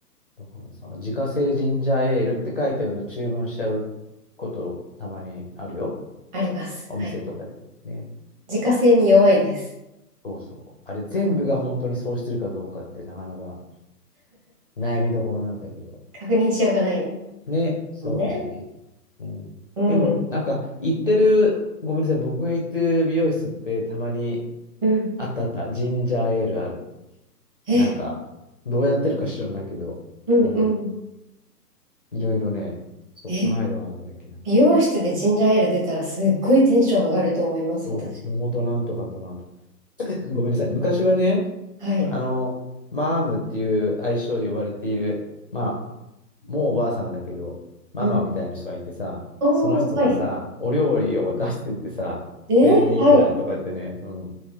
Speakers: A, on the left; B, on the right.
A: だからさ、自家製ジンジャーエールって書いてあると注文しちゃうことたまにあるよ。
B: あります。
A: お店とかで。
B: はい。
A: ね。
B: 自家製に弱いです。
A: そうそう。あれ全部が本当にそうしてるかどうかってなかなか悩みどころなんだけど。
B: 確認しようがない
A: ね、そうだよね。
B: もんね。
A: うん。
B: うん、
A: でも、なんか、行ってる、ごめんなさい、僕が行ってる美容室ってたまに
B: うん。
A: あったあった、ジンジャーエールある。
B: え、
A: なんか、どうやってるか知らないけど、
B: うん、
A: うん。
B: うん。
A: いろいろね、そう、
B: え、
A: この間はなんだっけな。
B: 美容室でジンジャーエール出たらすっごいテンション上がると思います、
A: そう、
B: 私。
A: 桃となんとかとなんとか。<laughs> ごめんなさい。昔はね、
B: はい。
A: あの、マームっていう愛称で呼ばれている、まあ、もうおばあさんだけど、ママみたいな人がいてさ、
B: うん。おー、
A: その人がさ、
B: はい。
A: お料理を出しててさ、
B: えーはい。
A: 千いくらとかってね、うん。